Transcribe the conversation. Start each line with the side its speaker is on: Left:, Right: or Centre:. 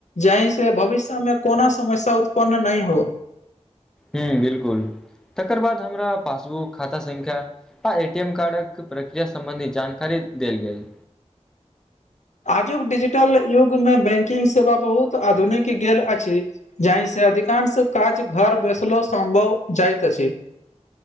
Left: जाहि से भविष्यमे कोनो समस्या उत्पन्न नहि हो।
Centre: हुँ बिल्कुल तकर बाद हमरा पासबुक खाता संख्या आ ए टी एम कार्डक प्रक्रिया सम्बन्धी जानकारी देल गेल।
Left: आजुक डिजिटल युग मे बैंकिंग सेवा बहुत आधुनिक गेल अछि। जाहि से अधिकांश काज घर बसलो सम्भव जाइत अछि